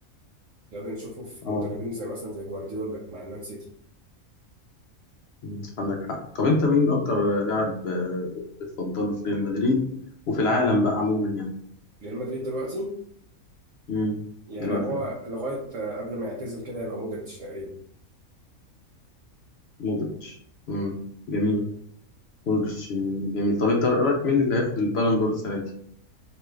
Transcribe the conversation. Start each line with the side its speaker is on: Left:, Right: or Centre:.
Right: ده بنشوفه في
Left: اه
Right: مدربين زي مثلا زي جوارديولا مع المان سيتي
Left: مم، عندك حق طب انت مين اكتر لاعب آه، بتفضله في ريال مدريد وفي العالم بقى عموما يعني
Right: ريال مدريد دلوقتي
Left: مم.
Right: يعني
Left: دلوقتي
Right: هو لغاية آه، قبل ما يعتزل كده يبقى مودريتش تقريبا
Left: مودريتش مم.
Right: مم.
Left: جميل مودريتش آه، جميل طب انت رايك مين اللي هياخد البالون دور السنه دي